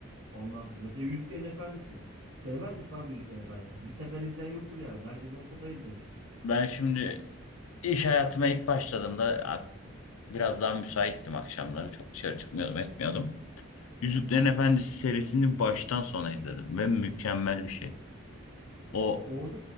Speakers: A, on the right (about 80°); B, on the left (about 75°).
A: ondan sonra. Mesela Yüzüklerin Efendisi. Sevmez misin abi Yüzüklerin Efendisi'ni? Bir sefer izleyen yoktur yani. Herkes 10 sefer izlemiş.
B: Ben şimdi iş hayatıma ilk başladığımda a- biraz daha müsaittim akşamları. Çok dışarı çıkmıyordum, etmiyordum. Yüzüklerin Efendisi serisini baştan sona izledim ve mükemmel bir şey. O
A: Orada